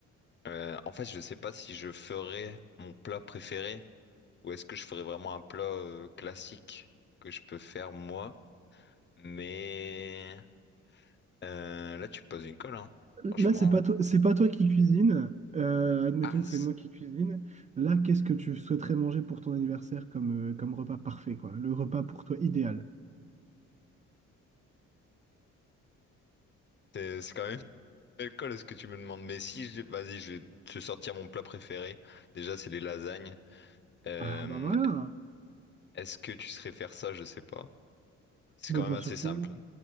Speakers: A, on the left; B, on the right.
A: euh, en fait, je ne sais pas si je ferais mon plat préféré ou est-ce que je ferais vraiment un plat euh, classique que je peux faire moi. Mais euh, là, tu me poses une colle, hein. Franchement.
B: Là, c'est pas toi, c'est pas toi qui cuisine. Euh, admettons
A: Ah,
B: que
A: c-
B: c'est moi qui cuisine. Là, qu'est-ce que tu souhaiterais manger pour ton anniversaire comme, euh, comme repas parfait, quoi? Le repas pour toi idéal.
A: c'est c'est quand même une belle colle ce que tu me demandes. Mais si, je... vas-y, je vais te sortir mon plat préféré. Déjà, c'est les lasagnes. Euh,
B: Ah bah voilà.
A: est-ce que tu serais faire ça? Je sais pas. C'est
B: Bah,
A: quand
B: bien
A: même assez
B: sûr
A: simple.
B: que oui.